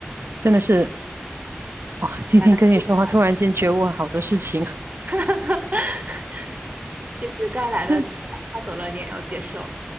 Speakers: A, on the right (about 80°); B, on the right (about 40°).
A: 真的是哇！今天跟你说话，
B: 该来的
A: 突然间觉悟好多事情啊，
B: 就会来 <laughs> 就是该来的就会来，
A: <laughs> 真
B: 他走了你也要接受。